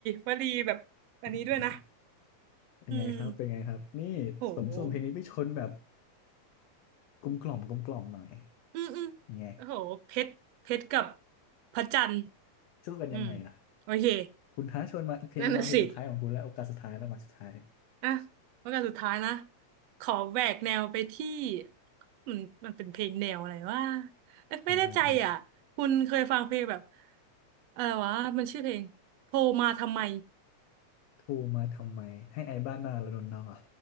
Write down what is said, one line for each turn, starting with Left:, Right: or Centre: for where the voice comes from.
Right: วลีแบบอันนี้ด้วยนะ
Left: <laughs> เป็นไงครับ
Right: อืม
Left: เป็นไงครับนี่ผมส่งเพลงนี้ไปชนแบบ
Right: โห
Left: กลมกล่อมกลมกล่อมหน่อย
Right: อืมอืมโอ้โหเพชรเพชรกับ
Left: ยังไง
Right: พระจันทร์
Left: <laughs> สู้กันยังไงล่ะ
Right: อืมโอเค
Left: คุณท้าชวนมาเพลงมาเพลงสุดท้ายของคุณแล้วโอกาสสุดท้ายแล้วมาสุดท้าย
Right: นั่นน่ะสิอ่ะแล้วกันสุดท้ายนะ ขอแหวกแนวไปที่มันมันเป็นเพลงแนวอะไรว่าไม่แน่ใจอ่ะคุณเคยฟังเพลงแบบ
Left: อ่าอ่าอ่า
Right: อะไรวะ มันชื่อเพลงโทรมาทำไม
Left: โทรมาทำไม ให้ไอ้บ้านหนาระดนนองเหรอ